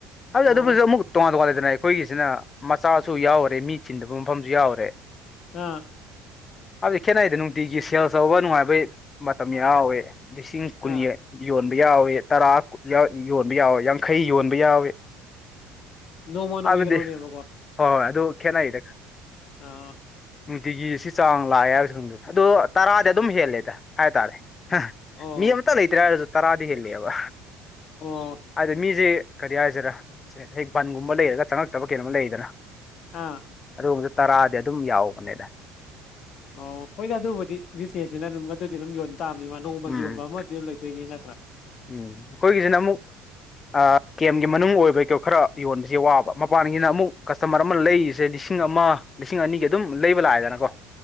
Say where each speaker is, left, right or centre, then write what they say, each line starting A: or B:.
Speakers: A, on the left; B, on the left.
A: ꯍꯥꯏꯗꯤ
B: ꯑꯣ
A: ꯑꯗꯨꯕꯨꯗꯤ ꯑꯃꯨꯛ ꯇꯣꯉꯥꯟ ꯇꯣꯉꯥꯟ ꯑꯗꯨꯅ ꯑꯩꯈꯣꯏꯒꯤꯁꯤꯅ ꯃꯆꯥꯁꯨ ꯌꯥꯎꯔꯦ ꯃꯤ ꯊꯤꯟꯗꯕ ꯃꯐꯝꯁꯨ ꯌꯥꯎꯔꯦ
B: ꯑꯥ
A: ꯍꯥꯏꯕꯗꯤ ꯈꯦꯠꯅꯩꯗ ꯅꯨꯡꯇꯤꯒꯤ ꯁꯦꯜꯁ ꯇꯧꯕ ꯅꯨꯡꯉꯥꯏꯕꯩ ꯃꯇꯝ ꯌꯥꯎꯋꯦ ꯂꯤꯁꯤꯡ ꯀꯨꯟꯌ‌ꯦ
B: ꯑꯥ
A: ꯌꯣꯟꯕ ꯌꯥꯎꯋꯦꯌ‌ꯦ ꯇꯔꯥ ꯌꯥꯎ ꯌꯣꯟꯕ ꯌꯥꯎꯋꯦ ꯌꯥꯡꯈꯩ ꯌꯣꯟꯕ ꯌꯥꯎꯋꯤ
B: ꯅꯣꯡꯃ
A: ꯍꯥꯏꯕꯗꯤ
B: ꯅꯣꯡꯃꯒꯤ ꯀꯩꯅꯣꯅꯦꯕꯀꯣ
A: ꯍꯣꯏ ꯍꫭꯏ ꯑꯗꯨ ꯈꯦꯠꯅꯩꯗ
B: ꯑꯥ
A: ꯅꯨꯡꯇꯤꯒꯤꯁꯤ ꯆꯥꯡ ꯂꯥꯛꯑꯦ ꯍꯥꯏꯕꯁꯤꯡꯗ ꯑꯗꯣ ꯇꯔꯥꯗꯤ ꯑꯗꯨꯝ ꯍꯦꯜꯂꯦꯗ ꯍꯥꯏꯇꯥꯔꯦ ꯍꯥ
B: ꯑꯣ
A: ꯃꯤ ꯑꯝꯇ ꯂꯩꯇ꯭ꯔꯦ ꯍꯥꯏꯔꯖꯨ ꯇꯔꯥꯗꯤ ꯍꯦꯜꯂ‌ꯦꯕ
B: ꯑꯣ
A: ꯍꯥꯏꯗꯤ ꯃꯤꯖ‌ꯦ ꯀꯔꯤ ꯍꯥꯏꯖꯤꯔ ꯍꯦꯛ ꯕꯟꯒꯨꯝꯕ ꯂꯩꯔꯒ ꯆꯪꯉꯛꯇꯕ ꯀꯩꯅꯣꯝꯃ ꯂꯩꯗꯅ
B: ꯑꯥ
A: ꯑꯗꯨꯒꯨꯝꯕꯗ ꯇꯔꯥꯗꯤ ꯑꯗꯨꯝ ꯌꯥꯎꯕꯅꯦꯗ
B: ꯑꯣ ꯍꯣꯏꯗꯥ ꯑꯗꯨꯕꯨꯗꯤ ꯕꯤꯆ‌ꯦꯁꯅꯤꯅ ꯑꯗꯨꯝ ꯑꯗꯨꯗꯤ ꯑꯗꯨꯝ ꯌꯣꯟꯕ ꯇꯥꯕꯅꯤ ꯃꯥ ꯅꯣꯡꯃꯒꯤ
A: ꯎꯝ
B: ꯌꯣꯟꯕ ꯑꯃꯗꯤ ꯑꯗꯨꯝ ꯂꯩꯗꯣꯏꯅꯤ ꯅꯠ
A: ꯎꯝ ꯑꯩꯈꯣꯏꯒꯤꯖꯤꯅ ꯑꯃꯨꯛ ꯑꯥ ꯀꯦꯝꯒꯤ ꯃꯅꯨꯡ ꯑꯣꯏꯕꯩꯀꯣ ꯈꯔ ꯌꯣꯟꯕꯁꯦ ꯋꯥꯕ ꯃꯄꯥꯟꯒꯤꯅ ꯑꯃꯨꯛ ꯀꯁꯇꯃꯔ ꯑꯃ ꯂꯩꯔꯤꯁꯦ ꯂꯤꯁꯤꯡ ꯑꯃ ꯂꯤꯁꯤꯡ ꯑꯅꯤꯒꯤ ꯑꯗꯨꯝ ꯂꯩꯕ ꯂꯥꯛꯑꯦꯗꯅꯀꯣ